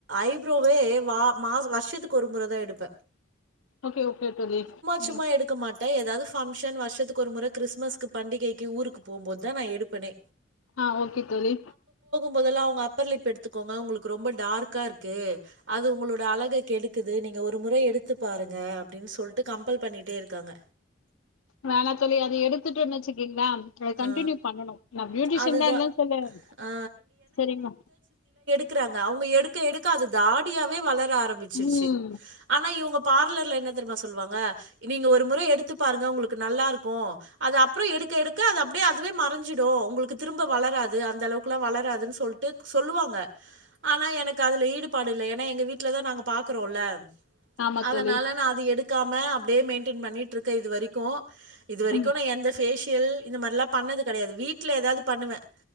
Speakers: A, on the right (about 65°); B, on the left (about 85°).
A: ஐப்ரோவே வ மா வருஷத்துக்கு ஒரு முறதா எடுப்ப.
B: ஓகே ஓகே தோழி.
A: ச்சும்மா
B: ம்
A: எடுக்க மாட். ட ஏதாவது பங்க்ஷன் வருஷத்துக்கு ஒரு முற கிறிஸ்மஸ்கு பண்டிகைக்கு ஊருக்கு போம்போதுதா நா எடுப்பணே.
B: ஆஹ ஓகே தோழி.
A: முதல்ல அவங்க அப்பர்லிப் எடுத்துக்கோங்க உங்களுக்கு ரொம்ப டார்கா இருக்கு. அது உங்களோட அழக கெடுக்குது நீங்க ஒரு முற எடுத்து பாருங்க அப்டின்னு சொல்டு கம்பல். பண்ணிட்டே இருக்காங்க.
B: வேணா தோழி அது எடுத்துட்டோன்னு வச்சுக்கங். க்களாம் கண்டின்நியூ
A: ஆ
B: பண்ணனு. நா பியூட்டிஷன்தா
A: அதுதா
B: இல்லன்னு சொல்லல்ல.
A: ஆ
B: சேரிங்க.
A: க்குராங்க அவங்க எடுக்க எடுக்க அது தாடியாவே வளர். ர ஆரம்பிச்சிருச்சு
B: ம்
A: ஆனா இவங்க. பார்லர்ல என்ன தெருமா சொல்லுவாங்க. நீங்க ஒரு முற எடுத்து பாருங்க உங்களுக்கு நல்லா இருக்கு அது அப்புறோ எடுக்க எடுக். க அது அப்டே அதுவே மறஞ்சிடும் உங்களுக்கு திரும்ப வளராது அந்த அளவுக்குலாம் வளராதுன்னு சொல்டு சொல்லுவாங்க ஆனா எனக்கு அதுல ஈடுபாடு இல்ல ஏன்னா எங்க வீட்டுலதான் நாங்க பாக்கறோல
B: ஆமா
A: அதனால
B: தோழி
A: நான் அது எடுத் க்காம அப்டே மெயின்டென் பண்ணிட்டிருக்க இது வரைக்கும் இது வரைக்கும்
B: ம்
A: நான் எந்த பேஷியல் இந்த மாரிலாம் பண்ணது கெடையாது வீட்ல ஏதாது பண்ணுவேன்